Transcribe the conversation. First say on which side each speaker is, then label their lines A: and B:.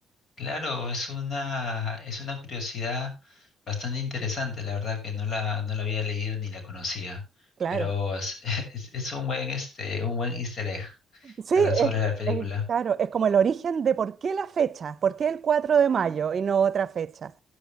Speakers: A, on the left; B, on the right.
A: Claro, es una, es una curiosidad bastante interesante, la verdad que no la, no la había leído ni la conocía,
B: claro.
A: pero es, <laughs> es, es un buen, este, un buen easter egg,
B: Sí,
A: la verdad, sobre
B: es,
A: la película.
B: es- claro, es como el origen de por qué la fecha, por qué el 4 de mayo y no otra fecha.